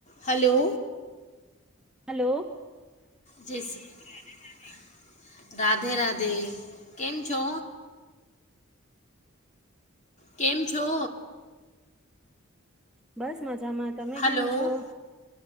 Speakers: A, on the left; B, in the centre.
A: હલો
B: હલો
A: જય શ્રી રાધે રાધે કેમ છો? કેમ છો?
B: બસ મ મજામાં તમે
A: હલો
B: કેમ છો?